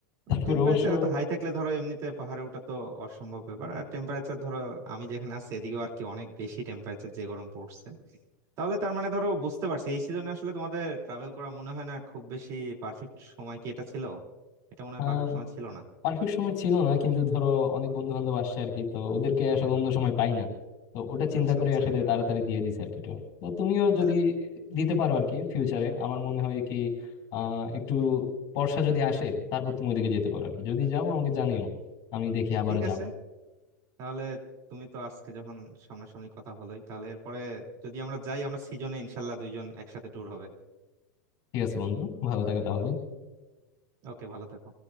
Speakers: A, on the left; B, on the right.
A: তারপর
B: টেম্পারেচার
A: অবশ্য
B: এত হাই থাকলে ধরো এমনিতে পাহাড়ে ওঠা তো অসম্ভব ব্যাপার আর টেম্পারেচার ধরো আমি যেখানে আছি এদিকেও আর কি অনেক বেশি টেম্পারেচার যে গরম পড়ছে তাহলে তার মানে ধরো বুঝতে পারছি এই সিজনে আসলে তোমাদের ট্রাভেল করা মনে হয় না খুব বেশি পারফেক্ট সময় কি এটা ছিল এটা মনে হয়
A: আহ
B: পারফেক্ট সময় ছিল না
A: পারফেক্ট সময় ছিল না কিন্তু ধরো অনেক বন্ধু বান্ধব আসছে আর কি তো ওদেরকে আসলে অন্য সময় পাই না তো ওটা চিন্তা
B: আচ্ছা
A: করে
B: আচ্ছা
A: আসলে তাড়াতাড়ি দিয়ে দিছে আর কি tour। তো তুমিও যদি
B: তাহলে
A: দিতে পারো আর কি ফিউচারে আমার মনে হয় কি আহ একটু বর্ষা যদি আসে তারপর তুমি ওদিকে যেতে পারো আর কি যদি যাও আমাকে জানিও আমি দেখি আবারও
B: ঠিক
A: যাবো
B: আছে তাহলে তুমি তো আজকে যখন সামনাসামনি কথা হলোই তাহলে এরপরে যদি আমরা যাই আমরা সিজনে ইনশাল্লাহ দুইজন একসাথে ট্যুর হবে
A: ঠিক আছে বন্ধু ভালো থাকো তাহলে
B: ওকে ভালো থাকো